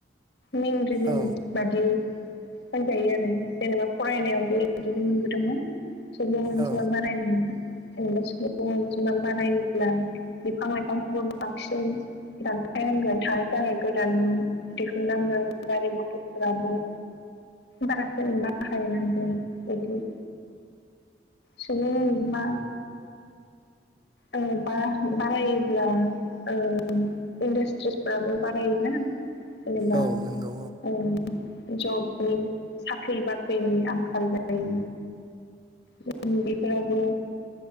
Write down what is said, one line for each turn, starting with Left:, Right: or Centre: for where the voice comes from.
Left: मेन रिजन।
Right: औ
Left: बादि होनजायो आरो जेनेबा फरायनायावबो बिदिनो मोनबोदोंमोन। सुबुं अनजिमा
Right: औ
Left: बारायनाया जेनेबा सुबुं अनजिमा बारायोब्ला बिफां लाइफांखौबो बांसिन दानफायनांगोन थानो थाखाय गोदान नांगोन गारि मथरफोराव ओमफाय बारा जेनेबा <inaudible> बेदि। सुबुं अनजिमा औ बा बारायोब्ला औ इन्डास्ट्रिसफ्राबो बारायोना जेनेबा
Right: औ
Left: औ
Right: नंगौ
Left: जबनि साख्रि बाख्रिनि आंखाल जायो। जों बेफोरावबो